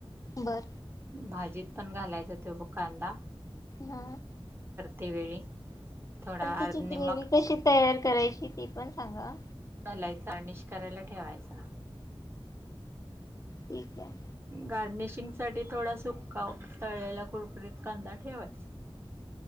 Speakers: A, on the left; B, on the right.
A: बर
B: भाजीत पण घालायचा त्यो बघ कांदा.
A: हा.
B: तीवेळी, थोडा
A: आणि
B: <unintelligible>
A: त्याची
B: निमक.
A: ग्रेवी कशी तयार करायची ती पण सांगा.
B: घालायचा गार्निश करायला ठेवायचा.
A: ठीक आहे.
B: गार्निशिंग साठी थोडा सुका तळलेला कुरकुरीत कांदा ठेवायचा. <inaudible>